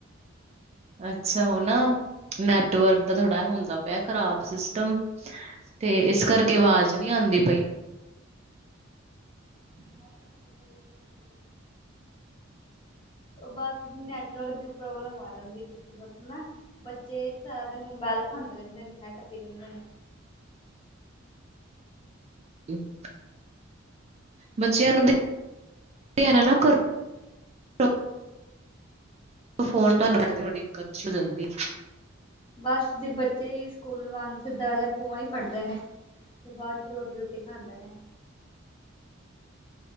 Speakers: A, on the right (about 30°); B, on the left (about 25°).
A: ਅੱਛਾ ਉਹ ਨਾ, ਨੈਟਵਰਕ ਦਾ ਥੋੜਾ ਹੁੰਦਾ ਪਿਆ ਖਰਾਬ ਸਿਸਟਮ ਤੇ ਇਸ ਕਰਕੇ, ਅਵਾਜ਼ ਨਹੀ ਆਂਦੀ ਪਈ।
B: <inaudible> ਬਸ ਨੈਟਵਰਕ ਦੀ ਪ੍ਰੋਬਲਮ ਆ ਜਾਂਦੀ, ਕਿਸੇ ਵਖ਼ਤ ਨਾ। ਬੱਚੇ ਸਾਰਾ ਦਿਨ ਮੋਬਾਇਲ ਖਾਂਦੇ ਰਹਿੰਦੇ ਨੇ, ਨੈੱਟ ਤੇ ਰਹਿੰਦੇ ਨੇ।
A: <unintelligible> ਬੱਚਿਆਂ ਨੂੰ <inaudible> ਦਿਆ ਨਾ-ਨਾ ਕਰੋ। ਫੋਨ <unintelligible> ਦਿੱਕਤ ਜੀ ਹੋ ਜਾਂਦੀ।
B: ਬਸ ਜੇ ਬੱਚੇ ਈ ਸਕੂਲੋ ਆਣ, ਸਿੱਧਾ ਆਲਾ ਫੋਨ ਈ ਫੜਦੇ ਨੇ। ਤੇ ਬਾਅਦ 'ਚ ਰੋਟੀ-ਰੁਟੀ ਖਾਂਦੇ ਨੇ।